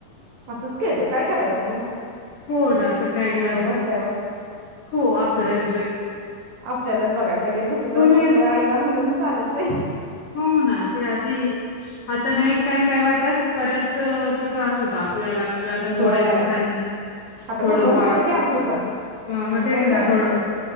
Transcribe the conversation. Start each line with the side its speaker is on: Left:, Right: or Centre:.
Right: असच केल काय करायच म?
Left: हो ना आता काय इलाज ना
Right: म्हटल्यावर
Left: हो आपल्याला
Right: आपल्यालाच बघायला पाहिजे दुखलं
Left: तो रे
Right: खुपलं आईला म्हणून चालत नाइ
Left: हो ना ते आधी आता न एक टाइम काय वाटत परत तो त्रास होतो आप आपल्याला म्हणजे आता थोड्या
Right: होय
Left: दिवसाांनी
Right: आता
Left: थोड
Right: कंबर
Left: वा
Right: दुखते की आमची पण
Left: मग
Right: आता
Left: तेच
Right: काय करायचं
Left: ना थोड